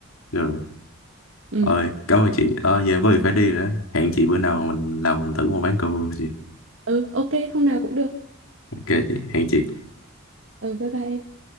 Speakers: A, on the left (about 75°); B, on the right (about 65°).
A: Rồi.
B: ừ
A: Rồi, cảm ơn chị. Ờ, giờ em có việc phải đi rồi đó. Hẹn chị bữa nào mình làm thử một ván cờ vua chị.
B: ừ ok hôm nào cũng được
A: Ok chị, hẹn chị.
B: ừ bye bye em